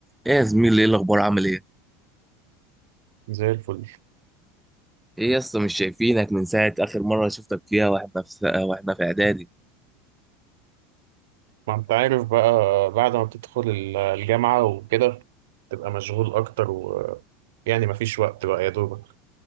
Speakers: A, in the centre; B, on the right (about 75°).
A: ايه يا زميلي ايه الاخبار عامل ايه
B: زي الفل
A: ايه يا اسطى مش شايفينك من ساعه اخر مره شفتك فيها واحنا في واحنا في اعدادي
B: ما انت عارف بقى بعد ما بتدخل ال- الجامعة وكده تبقى مشغول أكتر ويعني مفيش وقت بقى يا دوبك